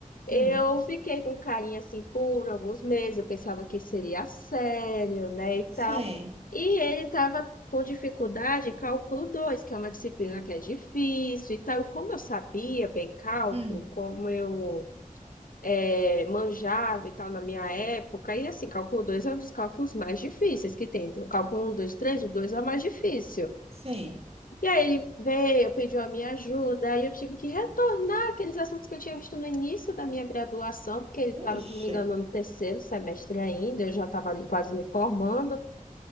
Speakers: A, on the left; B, on the right.
A: eu
B: hum,
A: fiquei com carinha assim por alguns meses, eu pensava que seria sério, né, e tal.
B: sim,
A: E ele estava com dificuldade em cálculo dois que é uma disciplina que é difícil e tal. Como eu sabia bem cálculo,
B: hum,
A: como eu eh, manjava e tal na minha época, e assim, cálculo 2 é um dos cálculos mais difíceis que tem. Entre o cálculo um dois três o 2 é o mais difícil.
B: sim.
A: E aí ele veio, pediu a minha ajuda, aí eu tive que retornar aqueles assuntos que eu tinha visto no início da minha graduação, porque ele estava,
B: Ixi,
A: se não me engano, no terceiro semestre ainda, eu já estava ali quase me formando.